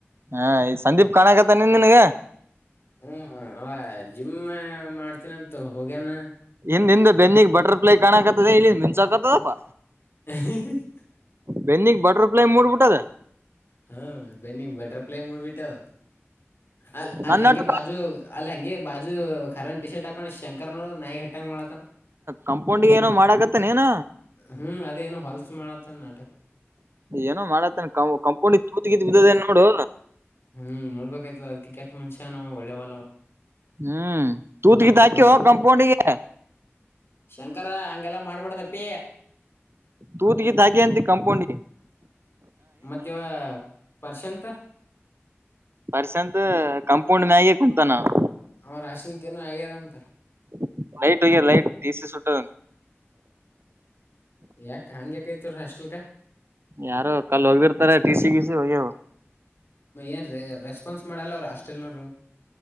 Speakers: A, on the right; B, on the left.
A: ಹಾ ಈ ಸಂದೀಪ್ ಕಾಣಕತ್ತೈ ನಿನ್ಗ
B: ಹ್ಮ್ ಅವ ಜಿಮ್ ಮಾಡ್ತೀನಂತು ಹೋಗ್ಯನ
A: ಹಿಂದ ಹಿಂದ್ ಬೆನ್ನಿಗ್ ಬಟರ್ ಫ್ಲೈ ಕಾಣಕತ್ತದ ಇಲ್ಲಿಂದ ಮಿಂಚಾಕತದಲಪ್ಪ
B: ಹ್ ಹಿ ಹು <inaudible>
A: ಬೆನ್ನಿಗ್ ಬಟರ್ ಫ್ಲೈ ಮೂಡ್ಬುಟದ
B: ಹಾ ಬೆನ್ನಿಗ್ ಬಟರ್ ಪೈ ಮೂಡ್ಬಿಟ್ಟವ ಅಲ್ ಅಲ್ಲಿ
A: ನನ್ನಟ್ಟು
B: ಹೆಂಗೆ ಬಾಜು ಅಲ್ಲಿ ಹೆಂಗೆ ಬಾಜು ಕರನ್ ಟೀ ಶರ್ಟ್ ಹಾಕೊಂಡು ಶಂಕರ್ನೋ ನಾಯಿ ಹಟ್ ಟಂಗ್ ಮಾಡತನ
A: ಕಂಪೌಂಡಿಗೆ ಏನೋ ಮಾಡಾಕತ್ತನ್ ಏನ
B: ಹ್ಮ್ ಅದೇನು ಹೊಲ್ಸ್ ಮಾಡತ್ತನ ನಾಟಕ
A: ಏನೋ ಮಾಡತ್ತನ್ ಕ ಕಾಂಪೌಂಡ್ ತೂತ್ ಗಿದ್ ಬಿದ್ದೇದೆನ್ ನೋಡು
B: ಹ್ಮ್ ನೋಡ್ಬೇಕಾಯ್ತು ಅದ ಕೆಟ್ ಮನಷ್ಯನವ ಒಳ್ಳೆೇ ಒಲ
A: ಹ್ಮ್ ತೂತ್ ಗಿತ್ ಹಾಕಿವೊ
B: ನೋಡ್
A: ಕಂಪೌಂಡ್ಗೆ
B: ಶಂಕರ ಹಂಗೆಲ್ಲಾ ಮಾಡ್ಬಾಡ್ದಪ್ಪಿ.
A: ತೂತ್ ಗಿತ್ <inaudible> ಕಾಂಪೌಂಡಿ
B: ಮತ್ತೆ ಇವಾಗ ಪರ್ಸೆಂತ್
A: ಪರ್ಷಂತು ಕಂಪೌಂಡ್ ಮ್ಯಾಗೆ ಕುಂತಾನ ಅವ
B: <inaudible> ಅವ್ರ ರಾ್ರಲ್ ಏನು ಆಗ್ಯದ ಅಂತಲ್ಲ
A: <inaudible> ಲೈಟ್ಗ ಲೈಟ್ ಟಿಸಿ ಸುಟ್ಟ
B: ಯಾಕ್ ಹಂಗ್ಯಾಕ ಆತೈ ರ ಹಾಸ್ಟೆಲ್ಗ
A: ಯಾರು ಕಲ್ ಹೋಗಿರ್ತಾರೆ ಟಿ ಸಿ ಗಿ ಸಿ ಹೋಗ್ಯವು
B: ಏನ್ ರ ರೆಸ್ಪಾನ್ಸ್ ಮಾಡೋಲ್ಲ ಅವ್ರು ಹಾಸ್ಟಲ್ನವ್ರು